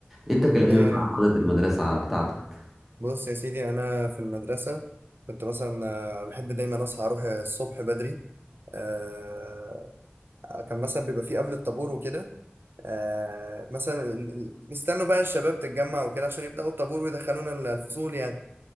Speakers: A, in the centre; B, on the right.
A: انت كلمني
B: آه،
A: بقى عن حضرة المدرسة بتاعتك
B: بص يا سيدي انا في المدرسة كنت مثلا آه، بحب دايما اصحى اروح الصبح بدري آه، كان مثلا بيبقى فيه قبل الطابور وكده آه، مثلا ال- ال- نستنوا بقى الشباب تتجمع وكده عشان يبدأوا الطابور ويدخلونا ال- الفصول يعني